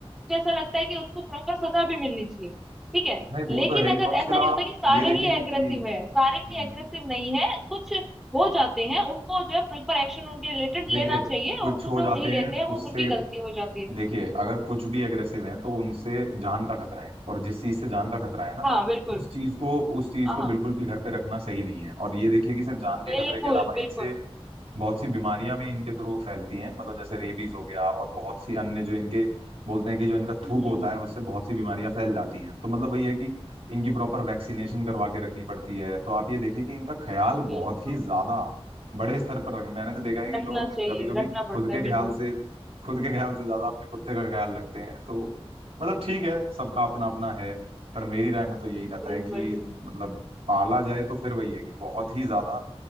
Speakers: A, in the centre; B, on the right (about 70°).
A: जैसा लगता है कि उसको प्रॉपर सजा भी मिलनी चाहिए ठीक है
B: नहीं वो
A: लेकिन
B: तो है ही
A: अगर
B: और उसके
A: ऐसा
B: अलावा
A: नहीं होता
B: आप
A: कि सारे
B: ये देखेंगे
A: ही एग्रेसिव
B: कि
A: है सारे ही
B: हम्म,
A: एग्रेसिव नहीं है कुछ हो जाते हैं उनको जो है प्रॉपर एक्शन उनके रिलेटेड
B: देखिए
A: लेना चाहिए
B: कुछ
A: और कुछ
B: हो
A: लोग
B: जाते
A: नहीं
B: हैं
A: लेते हैं
B: उससे
A: वो उनकी गलती हो जाती है
B: देखिए अगर कुछ भी एग्रेसिव हैं तो उनसे जान का खतरा है और जिस चीज से जान का खतरा है ना
A: हाँ बिल्कुल
B: उस चीज को उस चीज
A: हाँ
B: को बिल्कुल
A: हाँ
B: भी घर पे रखना सही नहीं है और ये देखिए कि सिर्फ जान के
A: बिल्कुल
B: खतरे के अलावा
A: बिल्कुल
B: इनसे बहुत सी बीमारियां भी इनके थ्रू फैलती हैं मतलब जैसे रेबीज हो गया और बहुत सी अन्य जो इनके बोलते हैं कि जो इनका
A: हम्म
B: थूक
A: हम्म,
B: होता
A: हम्म,
B: है उससे बहुत सी बीमारियां फैल जाती हैं तो मतलब वही है कि इनकी प्रॉपर वैक्सीनेशन करवा के रखनी पड़ती है तो आप ये देखिए कि इनका ख्याल
A: बिल्कुल
B: बहुत ही ज्यादा बड़े स्तर पर रख मैंने तो देखा है कि
A: रखना
B: लोग
A: चाहिए
B: कभी कभी
A: रखना पड़ता
B: खुद के
A: है बिल्कुल
B: ख्याल से खुद के ख्याल से ज्यादा अपने कुत्ते का ख्याल रखते हैं तो मतलब ठीक है सबका अपना अपना है पर मेरी राय में तो यही रहता
A: बिल्कुल
B: है कि
A: बिल्कुल
B: मतलब पाला जाए तो फिर वही है कि बहुत ही ज्यादा